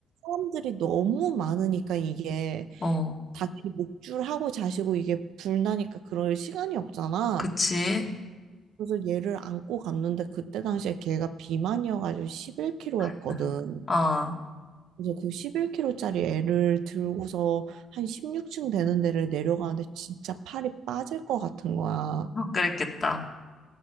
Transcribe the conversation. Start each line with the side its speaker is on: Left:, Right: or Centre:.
Right: 사람들이 너무 많으니까 이게
Left: 어,
Right: 당연히 목줄하고 자시고 이게 불 나니까 그럴 시간이 없잖아.
Left: 그치?
Right: 그래서 얘를 안고 갔는데 그때 당시에 걔가 비만이어가지고 11kg였거든.
Left: <laughs> 어,
Right: 그래서 그 11kg짜리 애를 들고서 한 16층 되는 데를 내려가는데 진짜 팔이 빠질 것 같은 거야.
Left: <laughs> 그랬겠다.